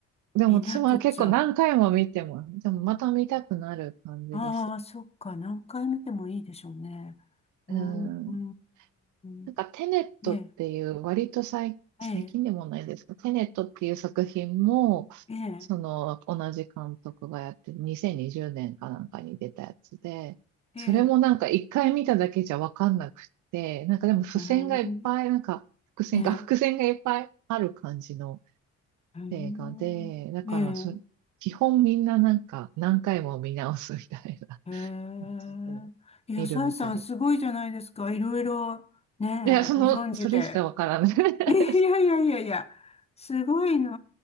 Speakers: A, on the right; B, on the left.
A: でも私も結構何回も見ても、
B: 見なくちゃ。
A: でもまた見たくなる感じです。
B: ああ、そっか。何回見てもいいでしょうね。うーん、
A: うん。
B: うーん、
A: なんかテネットっていう割と最、
B: ええ、
A: 最近でもないですけど、
B: ええ、
A: テネットっていう作品も、
B: え
A: その同じ監督がやってる2020年かなんかに出たやつで、
B: え、
A: それもなんか一回見ただけじゃわかんなくて、
B: ええ、
A: なんかでも付箋がいっぱい、
B: うーん、
A: なんか伏線か伏線がいっぱいある感じの
B: ええ、うーんえ
A: 映画で、だからそ、基本みんななんか何回も見直すみたいな
B: え、え
A: 感じで見るみたい。
B: え。いや、さえさんすごいじゃないですか。いろいろ、ねえ、
A: いや、その、
B: ご存知で。
A: それしかわからない。<laughs>
B: <laughs> いやいやいやいや、すごいな